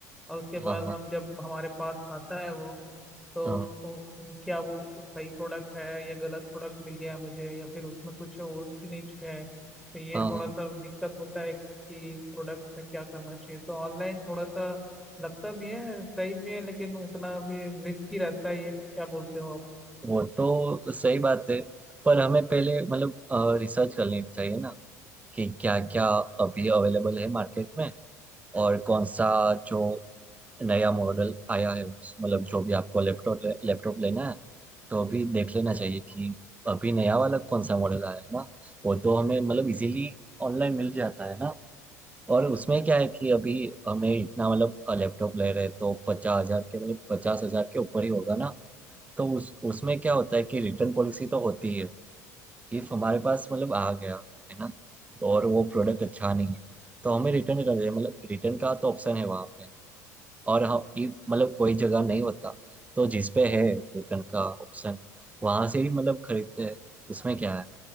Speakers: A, in the centre; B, on the right.
A: और उसके
B: हाँ
A: बाद हम
B: हाँ
A: जब हमारे पास आता है वो तो
B: हाँ।
A: वो- क्या वो सही प्रोडक्ट है या गलत प्रोडक्ट मिल गया है मुझे या फिर उसमें कुछ ऊंच नीच है तो ये
B: हाँ
A: थोड़ा
B: हाँ,
A: सा दिक्कत होता है कि इस प्रोडक्ट में क्या करना चाहिए तो ऑनलाइन थोड़ा सा लगता भी है सही भी है लेकिन उतना भी रिस्की रहता है ये क्या बोलते हो आप
B: वो तो सही बात है पर हमें पहले मतलब रिसर्च कर लेनी चाहिए ना कि क्या क्या अभी अवेलेबल है मार्केट में और कौन सा जो नया मॉडल आया है उस- मतलब जो भी आपको लैपटॉप लैपटॉप लेना है तो अभी देख लेना चाहिए कि अभी नया वाला कौन सा मॉडल आया है ना वो तो हमें मतलब इजीली ऑनलाइन मिल जाता है ना और उसमें क्या है कि अभी हमें इतना मतलब लैपटॉप ले रहे हैं तो पचास हजार के मतलब पचास हजार के ऊपर ही होगा ना तो उस उसमें क्या होता है कि रिटर्न पॉलिसी तो होती है इफ हमारे पास मतलब आ गया है ना और वो प्रोडक्ट अच्छा नहीं है तो हमें रिटर्न कर दे मतलब रिटर्न का तो ऑप्शन है वहां पे और हम if मतलब कोई जगह नहीं होता तो जिस पे है रिटर्न का ऑप्शन वहां से ही मतलब खरीदते हैं उसमें क्या है